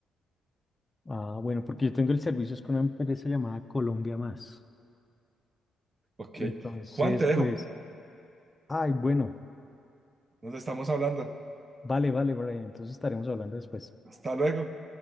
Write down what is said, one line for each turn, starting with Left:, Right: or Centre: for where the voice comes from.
Left: Ah, bueno, porque yo tengo el servicio es con una empresa llamada Colombia Más.
Right: Ok,
Left: Entonces,
Right: Juan, te dejo,
Left: pues, ay, bueno,
Right: nos estamos hablando.
Left: vale, vale, Brian, entonces estaremos hablando después.
Right: Hasta luego.